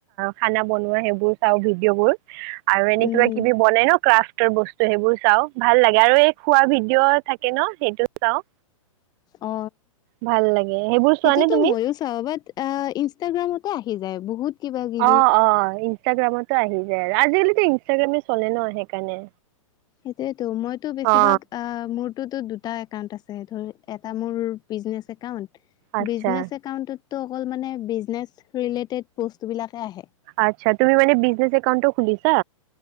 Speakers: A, on the right; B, on the left.
A: খানা বনোৱা সেইবোৰ চাওঁ ভিডিঅ' বোৰ। আৰু এনে
B: উম
A: কিবা কিবি ব ন ক্ৰা। বস্তু সেইবোৰ চাওঁ, ভাল লাগে আৰু এই খোৱা ভিডিঅ' থাকে ন সেইটো চাওঁ।
B: অ
A: ভাল লাগে সেইবোৰ
B: সেইটোতো
A: চোৱা নে তুমি?
B: মইও চাওঁ, বাট আহ ইনষ্টাগ্ৰামত আহি যায় বহুত কিবা কিবি।
A: অ অ ইনষ্টাগ্ৰামতো আহি যায়। আৰু আজিকালি ইনষ্টাগ্ৰামে চলে ন সেইকাৰণে।
B: সেইটোয়েতো মইতো বেছিভাগ
A: অ
B: আহ মোৰততো দু দুটা একাউট আছে। ধৰ এটা মোৰ বিজনেচ একাউণ্ট
A: আচ্ছা
B: বিজনে একাউটত তো অকল মানে বিজনেচ ৰিলেটেড বস্তুবিলাকহে আহে।
A: আচ্ছা তুমি মানে বিজনেছ একাউণ্টো খুলিছা?